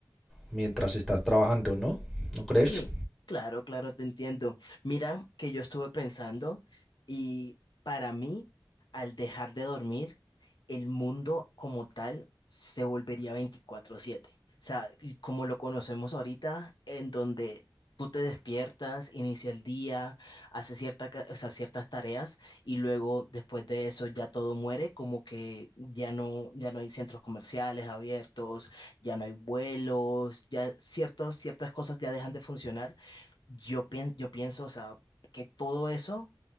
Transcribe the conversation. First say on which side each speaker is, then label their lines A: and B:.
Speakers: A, in the centre; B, on the left.
A: mientras estás trabajando, ¿no? ¿No crees?
B: Sí, claro, claro, te entiendo. Mira que yo estuve pensando y para mí, al dejar de dormir, el mundo como tal se volvería 24/7. O sea, y como lo conocemos ahorita, en donde tú te despiertas, inicia el día, haces cierta, ca- o sea, ciertas tareas y luego después de eso ya todo muere, como que ya no, ya no hay centros comerciales abiertos, ya no hay vuelos, ya ciertos, ciertas cosas ya dejan de funcionar. Yo, pien- yo pienso, o sea, que todo eso